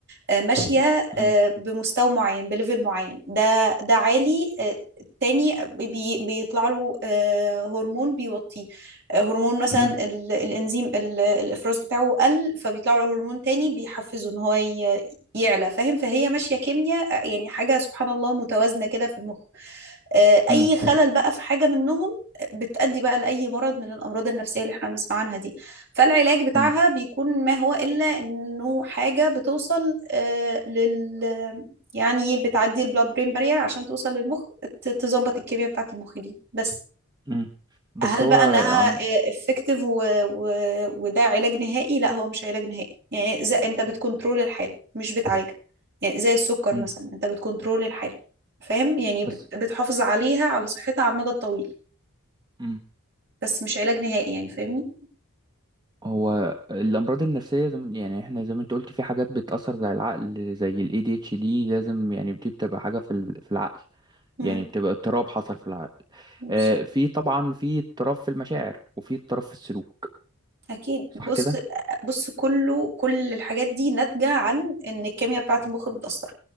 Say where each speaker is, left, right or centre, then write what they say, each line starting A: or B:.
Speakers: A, on the right; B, on the right.
A: آه، ماشية
B: مم.
A: آه، بمستوى معين بليفل معين ده ده عالي آه، التاني بي بيطلع له آه، هرمون بيوطيه آه، هرمون مثلا
B: مم.
A: ال- الانزيم ال- الافراز بتاعه قل فبيطلع له هرمون تاني بيحفزه ان هو ي- يعلى فاهم فهي ماشية كيمياء آه، يعني حاجة سبحان الله متوازنة كده في المخ آه، اي
B: مم.
A: خلل بقى في حاجه منهم بتؤدي بقى لاي مرض من الامراض النفسيه اللي احنا بنسمع عنها دي فالعلاج بتاعها
B: مم.
A: بيكون ما هو الا انه حاجه بتوصل آه، لل يعني بتعدي البلاد برين بارير عشان توصل للمخ ت- تظبط الكيمياء بتاعه المخ دي بس
B: مم. بس
A: هل
B: هو
A: بقى انها
B: عم
A: افكتيف و... و... وده علاج نهائي لا هو مش علاج نهائي يعني زي انت بتكنترول
B: مم.
A: الحاله مش بتعالجها يعني زي السكر مثلا
B: مم.
A: انت بتكنترول الحاله فاهم يعني بت...
B: بس
A: بتحافظ عليها على صحتها على المدى الطويل
B: مم.
A: بس مش علاج نهائي يعني فاهمني
B: هو الامراض النفسيه زي ما- يعني احنا زي ما انت قلت في حاجات بتاثر زي العقل زي الاي دي اتش دي لازم يعني دي بتبقى حاجه في ال- في العقل
A: امم
B: يعني بتبقى اضطراب حصل في العقل
A: بالظبط
B: آه، في طبعا في اضطراب في المشاعر وفي اضطراب في السلوك
A: اكيد
B: صح
A: بص
B: كده
A: بص كله كل الحاجات دي ناتجه عن ان الكيمياء بتاعه المخ متاثره